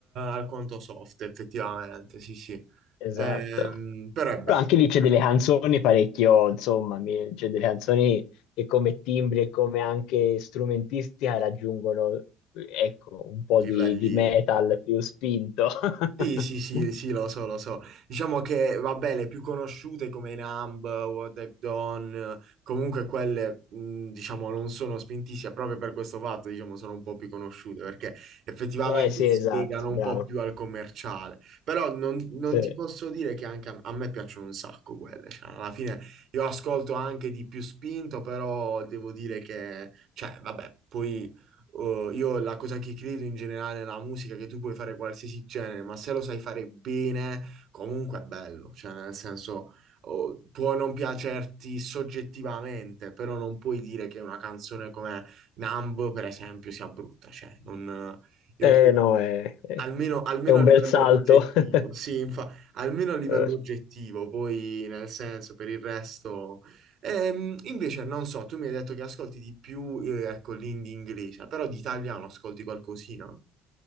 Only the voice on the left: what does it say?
Esatto.
Però anche lì c'è delle canzoni parecchio, insomma, mi- c'è delle canzoni che come timbri e come anche strumentistica raggiungono, ecco, un po'
di, di metal più spinto.
<laughs>
Eh sì,
esatto,
bravo.
Sì.
Eh
no, è,
è un
bel salto.
<laughs>
Eh,